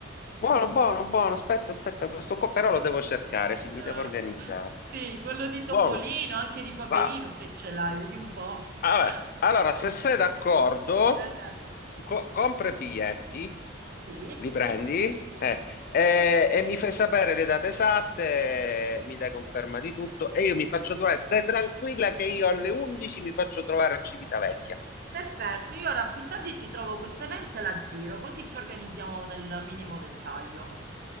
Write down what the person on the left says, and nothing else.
buono, buono, buono. Aspetta, aspetta, questo qua però lo devo cercare, sì, mi
devo organizzare.
Buono.
Va.
Allora,
allora, se sei d'accordo,
co- compra i biglietti,
li prendi, eh, e, e mi fai sapere le date esatte, mi dai conferma di tutto e io mi faccio trovare. Stai tranquilla che io alle 11 mi faccio trovare a Civitavecchia.